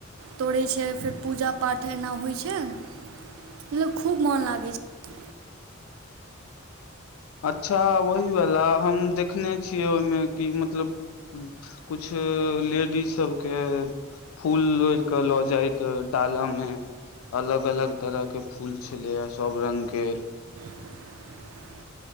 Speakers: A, on the right; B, on the left.
A: तोड़ै छैय। पूजा पाठ एना होइ छैय मतलब खूब मोन लागै छैय।
B: अच्छा ओही वला हम देखने छियै ओहिमे कि मतलब कुछ लेडीज सब के फूल लोढ के लो जाइत डाला मे। अलग-अलग तरह के फूल छलैए सब रंग के।
A: <inaudible>